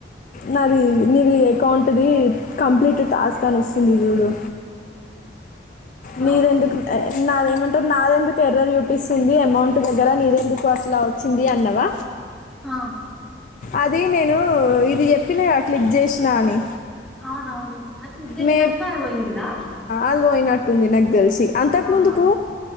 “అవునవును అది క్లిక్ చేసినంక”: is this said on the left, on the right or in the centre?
Centre